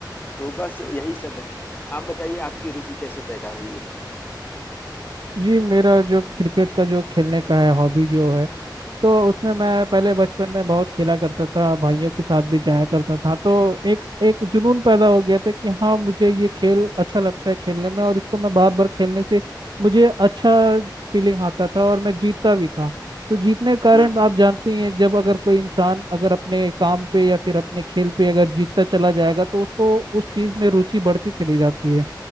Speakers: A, on the left; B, on the right.
A: तो बस यही सब है आप बताइए आपकी रुचि कैसे पैदा हुई इनमें
B: जी मेरा जो क्रिकेट का जो खेलने का है हॉबी जो है तो उसमें मैं पहले
A: हाँ,
B: बचपन में बहुत खेला करता था भाइयों के साथ भी जाया करता था तो एक एक जुनून पैदा हो गया था कि हाँ मुझे ये खेल अच्छा लगता है खेलने में और इसको मैं बार बार खेलने से मुझे अच्छा फीलिंग आता था और मैं जीतता भी था तो जीतने के कारण
A: हम्म हम्म,
B: आप जानते ही हैं जब अगर कोई इंसान अगर अपने काम पे या फिर अपने खेल पे अगर जीतता चला जाएगा तो उसको उस चीज़ में रुचि बढ़ती चली जाती है